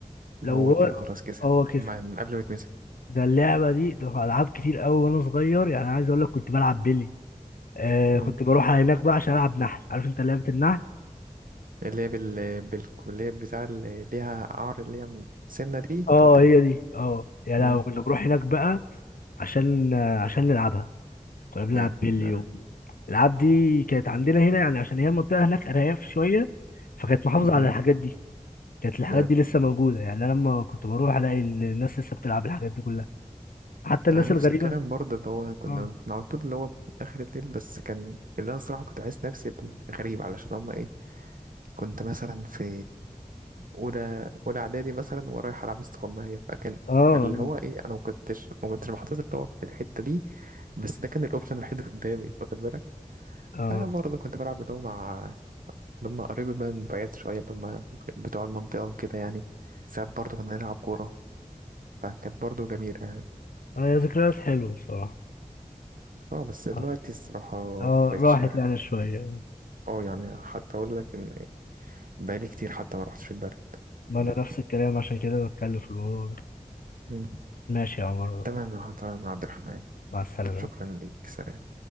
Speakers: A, on the left (about 80°); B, on the right (about 75°).
A: لو
B: هو
A: هو
B: كده خلاص كسب
A: هو كسب
B: من قبل ما يتمسك
A: ده اللعبة دي ده ألعاب كتير قوي وأنا صغير يعني عايز أقول لك كنت بلعب بيلي آه
B: مم.
A: كنت بروح هناك بقى عشان ألعب نحل عارف أنت لعبة النحل
B: اللي هي بال... بالكلية بتاع اللي ليها قعر اللي هي من السنة دي
A: اه
B: تقعد تلف
A: هي دي اه يا
B: مم.
A: لو كنا بنروح هناك بقى عشان آه، عشان نلعبها كنا بنلعب
B: يا
A: بيلي
B: آه،
A: و... الألعاب دي كانت عندنا هنا يعني عشان هي المنطقة هناك أرياف شوية فكانت محافظة
B: مم،
A: على الحاجات دي كانت الحاجات
B: يا
A: دي لسه موجودة يعني أنا لما كنت بروح ألاقي الناس لسه بتلعب الحاجات دي كلها حتى الناس
B: على نفس
A: الغريبة
B: الكلام برضه اللي هو كنا
A: اه
B: كنا على طول اللي هو آخر الليل بس كان اللي أنا صراحة كنت عايز نفسي غريب علشان هما إيه كنت مثلا في أولى أولى إعدادي مثلا ورايح ألعب استغماية فكان
A: اه
B: فاللي هو إيه أنا ما كنتش ما كنتش محطوط اللي هو في الحتة دي بس ده كان الأوبشن الوحيد اللي قدامي واخد بالك
A: اه
B: فأنا برضه كنت بلعب اللي هو مع اللي هما قريب من بعيد شوية اللي هما بتوع المنطقة وكده يعني ساعات برضه كنا نلعب كورة فكانت برضه جميلة يعني.
A: اه يا ذكريات حلوة الصراحة
B: اه بس دلوقتي
A: اه
B: الصراحة
A: اه
B: مبقتش
A: راحت يعني شوية
B: اه يعني حتى أقول لك إن بقالي كتير حتى ما روحتش البلد
A: ما
B: لا.
A: أنا نفس الكلام عشان كده بتكلم في الموضوع ده
B: مم.
A: ماشي يا عمر
B: تمام تمام يا عبد الرحمن
A: مع السلامة
B: شكرا ليك سلام